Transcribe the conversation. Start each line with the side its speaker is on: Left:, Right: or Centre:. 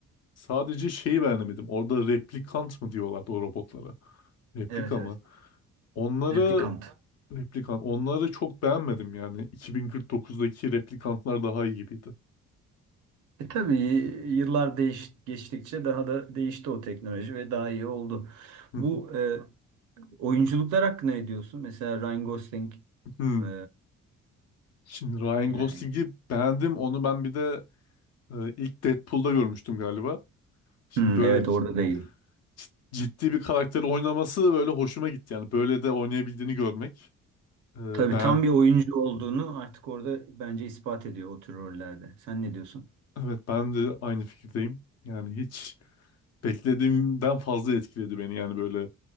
Left: Sadece şeyi beğenemedim. Orada replikant mı diyorlardı o robotlara? Replika
Right: Evet evet.
Left: mı? Onları
Right: Replikant.
Left: replikan onları çok beğenmedim yani. 2049'daki replikantlar daha iyi gibiydi.
Right: E tabii yıllar değiş, geçtikçe daha da değişti o teknoloji ve daha iyi oldu.
Left: <laughs> Hı
Right: Bu e, oyunculuklar hakkında ne diyorsun? Mesela Ryan Gosling
Left: Hmm.
Right: e,
Left: Şimdi Ryan
Right: yani.
Left: Gosling'i beğendim. Onu ben bir de Ee, İlk Deadpool'da görmüştüm galiba. Şimdi
Right: Hı,
Left: böyle
Right: evet
Left: c-
Right: orada değil.
Left: c- ciddi bir karakteri oynaması böyle hoşuma gitti. Yani böyle de oynayabildiğini görmek. Ee,
Right: Tabii
Left: ben
Right: tam bir oyuncu olduğunu artık orada bence ispat ediyor o tür rollerde. Sen ne diyorsun?
Left: evet ben de aynı fikirdeyim. Yani hiç beklediğimden fazla etkiledi beni. Yani böyle